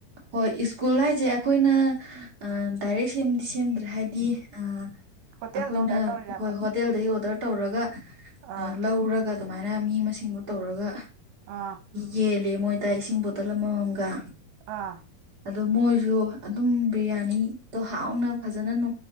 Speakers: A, on the right; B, on the right.
A: ꯍꯣꯏ ꯁ꯭ꯀꯨꯜ ꯍꯥꯏꯖꯦ ꯑꯩꯈꯣꯏꯅ ꯑ ꯗꯥꯏꯔꯦꯛ ꯁꯦꯝꯗꯤ ꯁꯦꯝꯗ꯭ꯔꯦ ꯍꯥꯏꯗꯤ ꯑ
B: ꯍꯣꯇꯦꯜꯗ
A: ꯑꯩꯈꯣꯏꯅ
B: ꯑꯣꯗꯔ ꯇꯧꯔꯤꯔꯕ
A: ꯍꯣꯏ ꯍꯣꯇꯦꯜꯗꯒꯤ ꯑꯣꯗꯔ ꯇꯧꯔꯒ
B: ꯑꯥ
A: ꯑ ꯂꯧꯔꯒ ꯑꯗꯨꯃꯥꯏꯅ ꯃꯤ ꯃꯁꯤꯡꯗꯣ ꯇꯧꯔꯒ
B: ꯑꯥ
A: ꯌꯦꯜꯂꯦ ꯃꯣꯏꯗ ꯏꯁꯤꯡ ꯕꯣꯇꯜ ꯑꯃꯃꯝꯒ
B: ꯑꯥ
A: ꯑꯗꯣ ꯃꯣꯏꯖꯨ ꯑꯗꯨꯝ ꯕꯤꯔꯌꯥꯅꯤꯗꯣ ꯍꯥꯎꯅ ꯐꯖꯅ